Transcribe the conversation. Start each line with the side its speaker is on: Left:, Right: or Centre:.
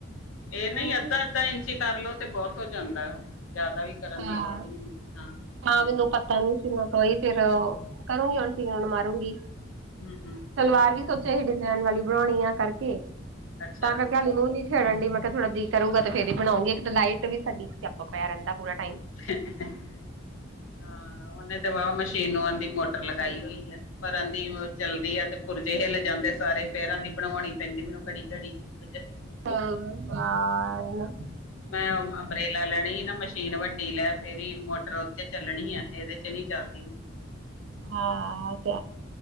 Left: ਇਹ ਨਹੀਂ
Right: ਹਾਂ
Left: ਅੱਧਾ ਅੱਧਾ ਇੰਚ ਕਰ ਲੋ ਤੇ ਬਹੁਤ ਹੋ ਜਾਂਦਾ ਜ਼ਿਆਦਾ ਵੀ। ਕਰਨ
Right: ਹਾਂ
Left: ਦੀ ਲੋੜ ਨਹੀਂ ਹੁੰਦੀ
Right: ਹਾਂ ਮੈਨੂੰ ਪਤਾ ਨੀ ਸੀ ਮੈਂ ਤੋਂਈ ਫਿਰ ਕਰੂੰਗੀ ਹੁਣ ਧੀਆਂ ਨੂੰ ਮਾਰੂਗੀ
Left: ਹੂ
Right: ਸਲਵਾਰ ਵੀ ਸੋਚਿਆ ਸੀ ਡਿਜ਼ਾਇਨ ਵਾਲੀ ਬਣਾਉਣੀ ਆ ਕਰਕੇ
Left: ਅੱਛਾ
Right: ਤਾਂ ਕਰਕੇ ਹਾਲੇ ਮੂੰਹ ਨੀ ਛੜਨ ਦੀ ਮੈਂ ਕਿਹਾ ਥੋੜਾ ਜਹੀ ਕਰੂਗਾ ਤੇ ਫਿਰ ਬਊਂਗੀ ਇੱਕ ਤਾਂ ਲਾਈਟ ਵੀ ਸਾਡੀ ਚੱਪ ਪਿਆ ਰਹਿੰਦਾ ਪੂਰਾ ਟਾਈਮ।
Left: ਹਾਂ ਉਹਨੇ ਤੇ ਵ ਮਸ਼ੀਨ ਨੂੰ ਆਉਂਦੀ ਮੋਟਰ ਲਗਾਈ ਹੋਈ ਆ ਪਰਾਂ ਦੀ ਚੱਲਦੀ ਆ ਤੇ ਪੁਰਜੇਹੇ ਲਿਜ ਜਾਂਦੇ ਸਾਰੇ ਪੈਰਾਂ ਦੀ ਬਣਾਵਾਉਣੀ ਪੈਂਦੀ ਮੈਨੂੰ ਕੜੀ ਘੜੀ <unintelligible>
Right: ਹਾਂ ਆਏ ਨਾ
Left: ਮੈਂ ਅੰਬਰੇਲਾ ਲੈਣੀ ਹੀ ਨਾ ਮਸ਼ੀਨ ਵੱਡੀ ਲੈ ਫਿਰ ਮੋਟਰ ਉਥ ਚੱਲਣੀ ਆ ਇਹਦੇ ਚ ਨੀ ਚੱਲਦੀ
Right: ਹਾਂ ਅ ਤੇ